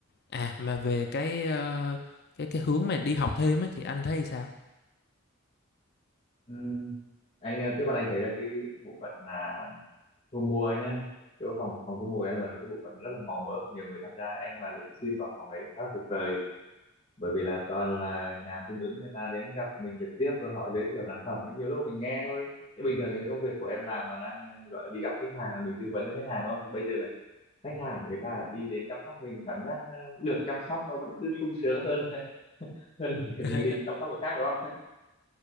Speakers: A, on the left; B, on the left.
A: à mà về cái ờ, cái cái hướng mà đi học thêm ấy, thì anh thấy sao
B: Ừm, anh ờ, trước mắt anh thấy là cái bộ phận là thu mua ấy nhá chỗ phòng phòng thu mua của em là cái bộ phận rất là màu mỡ và nhiều người tham gia em mà được xin vào phòng đấy khá là tuyệt vời bởi vì là toàn là nhà cung ứng người ta đến gặp mình trực tiếp rồi họ giới thiệu sản phẩm ấy. nhiều lúc mà mình nghe thôi chứ bình thường cái công việc của em làm là đang ờ, gọi là đi gặp khách hàng là mình tư vấn cho khách hàng đúng không bây giờ là khách hàng của người ta lại đi đến chăm sóc mình cảm giác ờ, được chăm sóc nó vẫn cứ sung sướng hơn <laughs> hơn là việc
A: <laughs>
B: mình đi chăm sóc người khác đúng không